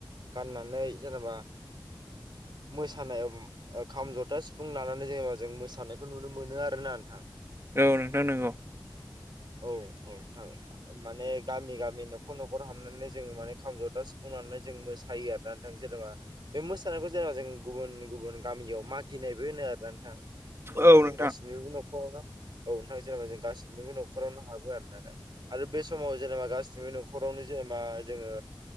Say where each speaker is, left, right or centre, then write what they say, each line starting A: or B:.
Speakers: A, on the right (about 65°); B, on the right (about 30°).
A: गाननानै जेनेबा
B: <inaudible>
A: मोसानाय खाम जथा सिफुं लानानै जेनेबा जों मोसानायखौ नुनो मोनो आरो ना नोंथां
B: औ नोंथां नंगौ
A: औ औ नोंथां माने गामि गामि न'खर न'खर हाबनानै जोङो माने खामजथा सिुफुं लानानै जों मोसायो आरोना नोंथां जेनेबा बे मोसानायखौ जोंहा जों गुबुन गुबुन गामियाव मागिनायबो होनो आरोना नोंथां जेनेबा
B: औ नोंथां
A: जों गासिनिबो न'खराव औ नोंथां जेनेबा जों गासिनिबो न'खरावनो हाबो आरो ना दा आरो बे समाव जेनेबा गासिनिबो न'खराव रावनो जेनेबा जोङो